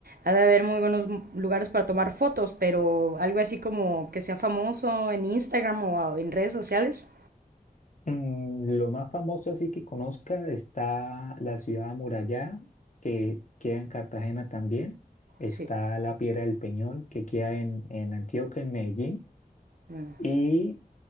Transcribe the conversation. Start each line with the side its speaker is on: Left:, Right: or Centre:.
Right: ha de haber muy buenos m- lugares para tomar fotos, pero algo así como que sea famoso en Instagram o a- en redes sociales.
Left: Mm, lo más famoso así que conozca está la ciudad amurallada, que queda en Cartagena también. Está
Right: Sí.
Left: la Piedra del Peñol, que queda en, en Antioquia, en Medellín.
Right: Mm,
Left: ¿Y